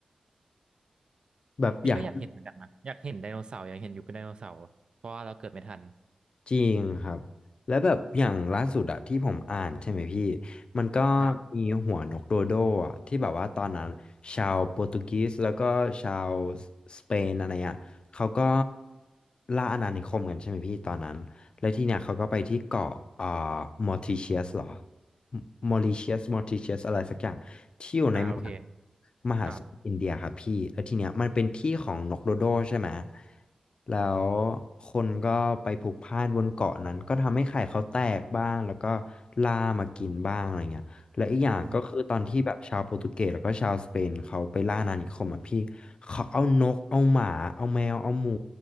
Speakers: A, on the left (about 45°); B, on the right (about 45°).
A: แบบอยาก
B: พี่ก็อยากเห็นเหมือนกันนะอยากเห็นไดโนเสาร์อยากเห็นยุคไดโนเสาร์เพราะว่าเราเกิดไม่ทัน
A: จริงครับแล้วแบบอย่างล่าสุดอะที่ผมอ่านใช่ไหมพี่มันก็
B: ครับ
A: มีหัวนกโดโดอะที่แบบว่าตอนนั้นชาวโปรตุเกสแล้วก็ชาวสเปนอะไรอะเขาก็ล่าอาณานิคมกันใช่ไหมพี่ตอนนั้นแล้วที่เนี่ยเขาก็ไปที่เกาะเอ่อมอริเชียสหรอมอริเชียสมอริเชียสอะไรสักอย่าง ที่อยู่ในมหา
B: อ่าโอเค
A: มหาสมุทรอินเดียครับพี่แล้วทีเนี้ยมันเป็นที่ของนกโดโดใช่ไหม
B: ครับ
A: แล้วคนก็ไปพลุกพล่านบนเกาะนั้นก็ทำให้ไข่เขาแตกบ้างแล้วก็ล่ามากินบ้างอะไรเงี้ยแลวอีกอย่างก็คือตอนที่แบบชาวโปรตุเกสแล้วก็ชาวสเปนเขาไปล่าอาณานิคมอ่ะพี่เขาเอานกเอาหมาเอาแมวเอาหมู
B: อืม